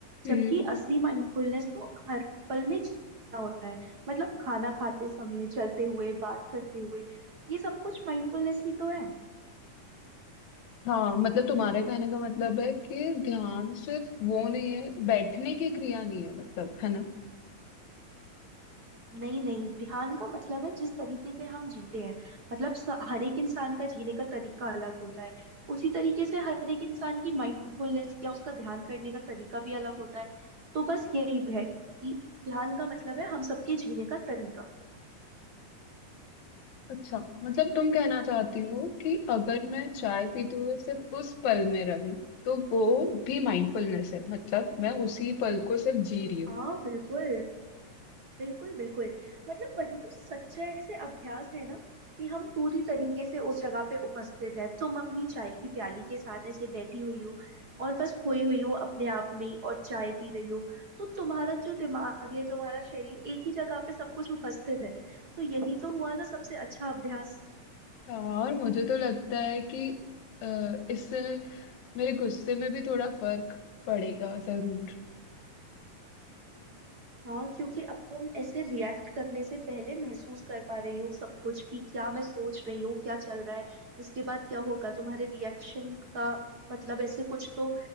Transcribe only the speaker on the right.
जबकि असली माइंडफुलनेस तो हर पल में जीना होता है मतलब खाना खाते समय चलते हुए बात करते हुए ये सब कुछ माइंडफुलनेस ही तो है
नहीं नहीं ध्यान का मतलब है जिस तरीके से हम जीते हैं मतलब स- हर एक इंसान का जीने का तरीका अलग होता है उसी तरीके से हर एक इंसान की माइंडफुलनेस या उसका ध्यान करने का तरीका भी अलग होता है तो बस यही है कि ध्यान का मतलब है हम सबके जीने का तरीका
हाँ बिल्कुल बिल्कुल बिल्कुल मतलब वही तो सच्चा ऐसे अभ्यास है ना कि हम पूरी तरीके से उस जगह पे उपस्थित है तुम अपनी चाय की प्याली के साथ ऐसे बैठी हुई हो और बस खोई हुई हो अपने आप में ही और चाय पी रही हो तो तुम्हारा जो दिमाग है तुम्हारा शरीर एक ही जगह पे सब कुछ उपस्थित है तो यही तो हुआ ना सबसे अच्छा अभ्यास
हाँ क्योंकि अब तुम ऐसे रिएक्ट करने से पहले महसूस कर पा रही हो सब कुछ कि क्या मैं सोच रही हूँ क्या चल रहा है इसके बाद क्या होगा तुम्हारे रिएक्शन का मतलब ऐसे कुछ तो